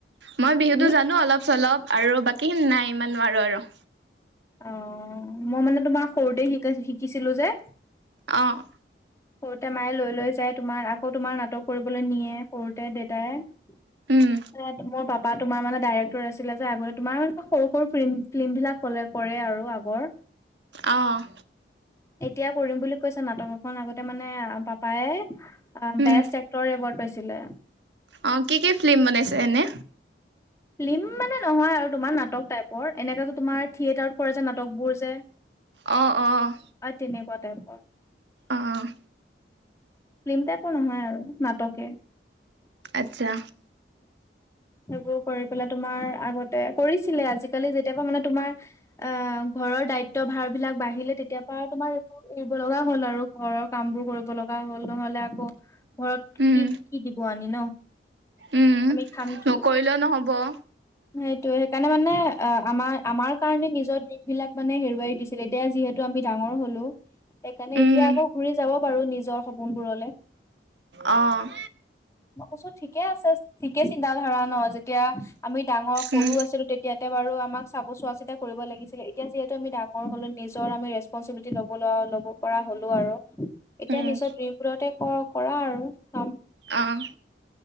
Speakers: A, on the right (about 85°); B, on the left (about 15°).
A: মই বিহুতো
B: তুমি
A: জানো অলপ চলপ আৰু বাকী কিন নাই, ইমান নোৱাৰো আৰু।
B: অ', মই মানে তোমাৰ সৰুতে শিকাই শিকিছিলো যে
A: অ'।
B: সৰুতে মায়ে লৈ লৈ যায়, তোমাৰ আকৌ তোমাৰ নাটক কৰিবলৈ নিয়ে, সৰুতে দেউতাই। স
A: উম
B: মোৰ বাপা <inaudible> তোমাৰ মানে ডাইৰেক্টৰ আছিলে যে, আগতে তোমাৰ মান, সৰু সৰু ফ ফিল্ম বিলাক, কলে কৰে আৰু আগৰ। <unintelligible>
A: অঁ'।
B: এতিয়া, কৰিম বুলি কৈছে নাটক এখন, আগতে মানে পাপাই
A: উম
B: বেষ্ট এক্টৰ এৱাৰ্ড পাইছিলে।
A: অ', কি কি ফিল্ম বনাইছে এনে?
B: ফিল্ম মানে নহয় আৰু তোমাৰ নাটক টাইপৰ, এনে কাটো তোমাৰ থিয়েটাৰত কৰে যে নাটকবোৰ যে। <inaudible>
A: অঁ', অঁ'।
B: অ', তেনেকুৱা তাইপৰ।
A: অঁ'।
B: ফিল্ম টাইপৰ নহয় আৰু নাটকে।
A: আচ্ছা।
B: সেইবোৰ কৰি পেলাই তোমাৰ আগতে কৰিছিলে, আজিকালি যেতিয়া পা মানে তোমাৰ আহ, ঘৰৰ দায়িত্ব দায়িত্ব ভাৰ বিলাক বাঢ়িলে, তেতিয় পা আৰু তোমাৰ এইবোৰ এৰিব লগা হ'ল আৰু ঘৰৰ কাম বোৰ কৰিব লগা হ'ল নহলে আকৌ ঘৰত
A: উম
B: কি কি দিব আনি ন।
A: উম
B: আমি খাম কি,
A: নকৰিলেও নহ'ব
B: সেইটো, হেইকাৰণ মানে অ', আমাৰ, আমাৰ কাৰণে নিজৰ ড্ৰিম বিলাক মানে হেৰুৱাই দিছিল, এতিয়া যিহেতু আমি ডাঙৰ হলো সেইকাৰণে এতিয়া
A: উম
B: আকৌ ঘূৰি যাব পাৰো নিজৰ সপোনবোৰলে।
A: অঁ'।
B: মই কৈছো ঠিকে আছে, ঠিকে চিন্তা ধাৰা ন, যেতিয়া আমি ডাঙৰ সৰু
A: উম
B: আছিলো তেতিয়া ইয়াতে বাৰ আমাক চাব চোৱা চিতা কৰিব লাগিছিল এতিয়া যিহেতু আমি ডাঙৰ হলো নিজৰ আমি ৰেছ স্পনচিবিলিটি ল'ব, ল'ব পৰা হ'লো আৰু এতিয়া,
A: উম
B: নিজৰ ড্ৰ্ৰীমবোৰতে ক কৰা আৰু কাম।
A: অঁ',